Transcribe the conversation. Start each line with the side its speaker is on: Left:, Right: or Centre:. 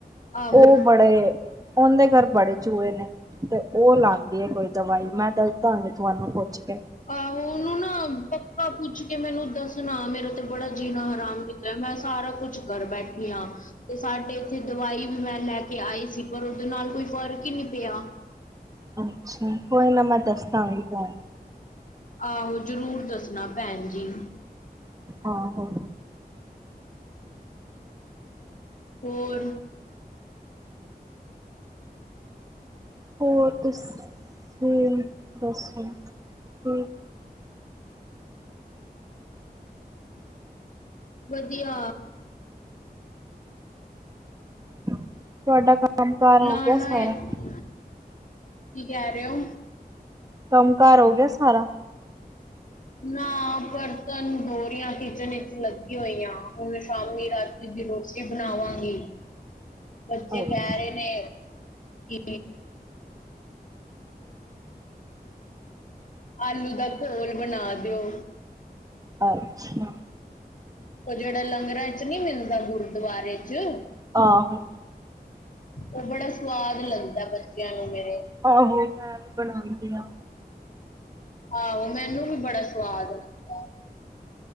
Left: ਆਹੋ
Right: ਉਹ ਬੜੇ ਉਹਦੇ ਘਰ ਬੜੇ ਚੂਹੇ ਨੇ। ਤੇ ਉਹ ਲਾਦੀ ਹੈ ਕੋਈ ਦਵਾਈ, ਮੈਂ ਦੱਸ ਦਾਂਗੇ ਤੁਹਾਨੂੰ ਪੁੱਛ ਕੇ।
Left: ਆਹੋ ਉਹਨੂੰ ਨਾ ਪੱਕਾ ਪੁੱਛ ਕੇ ਮੈਨੂੰ ਦੱਸਣਾ, ਮੇਰਾ ਤੇ ਬੜਾ ਜੀਣਾ ਹਰਾਮ ਕੀਤਾ ਮੈਂ ਸਾਰਾ ਕੁਛ ਕਰ ਬੈਠੀਆ। ਤੇ ਸਾਡੇ ਉਥੇ ਦਵਾਈ ਵੀ ਮੈਂ ਲੈ ਕੇ ਆਈ ਸੀ, ਪਰ ਉਹਦੇ ਨਾਲ ਕੋਈ ਫ਼ਰਕ ਹੀ ਨਹੀਂ ਪਿਆ।
Right: ਅੱਛਾ, ਕੋਈ ਨਾ ਮੈਂ ਦੱਸਦਾ ਗੀ ਤੈਂ।
Left: ਆਹੋ, ਜ਼ਰੂਰ ਦੱਸਣਾ ਭੈਣ ਜੀ।
Right: ਹਾਂ ਹੋ।
Left: ਹੋਰ
Right: <unintelligible>
Left: ਵਧੀਆ।
Right: ਤੁਆਡਾ ਕੰਮ। ਕੰਮ ਕਾਰ ਹੋ
Left: ਲਾਣਾ
Right: ਗਿਆ ਸਾਰਾ।
Left: ਹੈ ਕੀ ਕਹਿ ਰਹੇ ਹੋ
Right: ਕੰਮ ਕਾਰ ਹੋ ਗਿਆ ਸਾਰਾ।
Left: ਨਾ ਬਰਤਨ ਧੋ ਰੀਆਂ ਕਿਚਨ ਵਿੱਚ ਲੱਗੀ ਹੋਈਆਂ, ਹੁਣ ਸ਼ਾਮੀ ਰਾਤ ਦੀ ਰੋਟੀ ਬਣਾਵਾਂਗੀ। ਬੱਚੇ
Right: ਅੱਛਾ
Left: ਕੈ ਰੇ ਨੇ ਕੀ ਆਲੂ ਦਾ ਘੋਲ ਬਣਾ ਦਿਓ।
Right: ਅੱਛਾ
Left: ਓ ਜੇੜਾ ਲੰਗਰਾਂ 'ਚ ਨੀ ਮਿਲਦਾ ਗੁਰਦਵਾਰੇ 'ਚ।
Right: ਆਹੋ
Left: ਓ ਬੜਾ ਸਵਾਦ ਲੱਗਦਾ ਬੱਚਿਆਂ ਨੂੰ ਮੇਰੇ।
Right: ਆਹੋ ਮੈਂ ਵੀ ਬਣਾਦੀ ਆਂ।
Left: ਆਹੋ ਮੈਨੂੰ ਵੀ ਬੜਾ ਸਵਾਦ ਲੱਗਦਾ